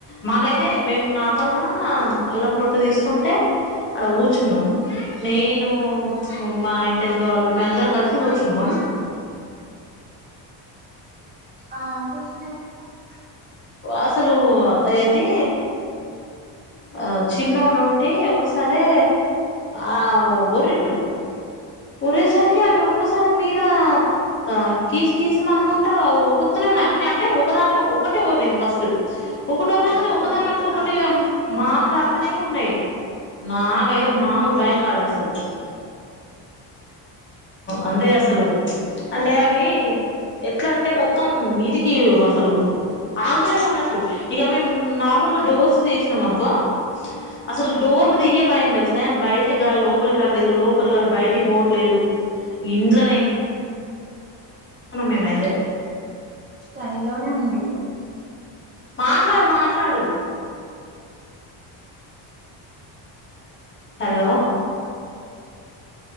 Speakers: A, on the left (about 25°); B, on the right (about 25°).
A: మాకైతే మేము నార్మల్గా అల్లం పొట్టు తీస్తుంటే అడ కూర్చున్నాం నేను మా ఇంటి ఎనక వాళ్ళు మేం అందరం కలిసి కూర్చు న్నాం
B: ఆ కుర్చుంటే ఏమైనాది
A: అసలు అది ఏంది ఆ చిన్నడుండి ఒకసారి ఆ ఉరిండు ఉరేసరికి అవి ఒక్కసారి మీద ఆ కీసు కీసం అనుకుంటా ఊరుకుతునే ఉన్నాయి అన్ని అంటే ఒకదాని ఒక్కటే ఓరింది ఫస్ట్ ఒకటో రంగానే
B: ఒక్కటి
A: ఒకదాని
B: ఉరితే
A: అనుకొకటి
B: కతం అన్ని
A: మాట్లాడుతనే
B: వత్తాయి ఇగ
A: ఉన్నాయి నాకైతే
B: అన్ని
A: మామూలు
B: వత్తాయి
A: భయం
B: ఇగ
A: కాలేదు అసలు అంటే అసలు అంటే అవి ఎట్లా అంటే మొత్తం మీదికి అసలు ఆగుతలేమ అన్నట్టు ఇక మేము నార్మల్ గా డోర్స్ తీసినాం అనుకో అసలు డోర్లు తీయే భయం తెలుస బయట గాలి లోపలికి రాట్లేదు లోపలి గాలి బయటికి పోవట్లేదు ఇండ్ల మేమైతే
B: లైన్ లోనే ఉండు
A: మాట్లాడు మాట్లాడు హలో